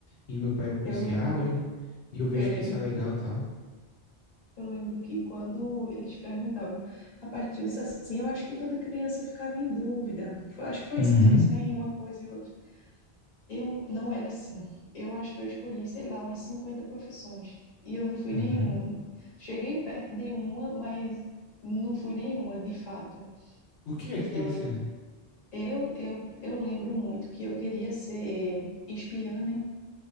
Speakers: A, on the left; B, on the left.
A: e meu pai é policial,
B: eu lembro.
A: e e eu vejo
B: Eu lembro
A: que isso é legal
B: que
A: e tal.
B: eu lembro que quando eles perguntavam, rapaz, tu disse assim, eu acho que toda criança ficava em dúvida. Foi- acho que foi
A: Uhum,
B: isso que tu disse, né? Em uma coisa e outra. Eu não era assim. Eu acho que eu escolhi, sei lá, umas 50 profissões. E eu não fui
A: uhum.
B: nenhuma. Cheguei perto de uma, mas não fui nenhuma, de fato.
A: O que é que tu queria
B: Eu lembro,
A: ser?
B: eu, eu, eu lembro muito que eu queria ser espiã, né?